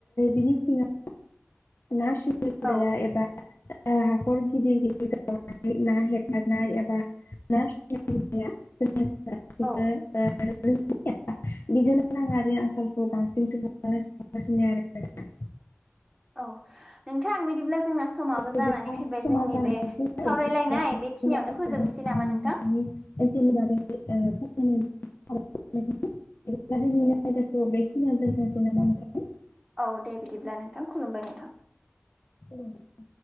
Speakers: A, on the left (about 60°); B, in the centre.
A: बिनि सिङाव ना फिसिनाय हुदाया
B: औ।
A: एबा हाखर बिदिनो गिदिर गिदिर ना हेगारनाय एबा ना <unintelligible> <unintelligible>
B: औ
A: बिदिनो नाङारि आंखालखौ बांसिनो सगासिनो आरो।
B: औ नोंथां बिदिब्ला। जोंना समाबो
A: बिदिब्ला
B: जानानै फैबाय
A: समा
B: जोंनि
A: जानानै
B: बे सावरायलायनायखै
A: फैबाय
B: बेखिनियावनो
A: नोंथांनि
B: फोजोबनोसै नामा नोंथां?
A: <unintelligible> <unintelligible>
B: औ दे बिदिब्ला नोंथां खुलुमबाय नोंथां।
A: खुलुमबाय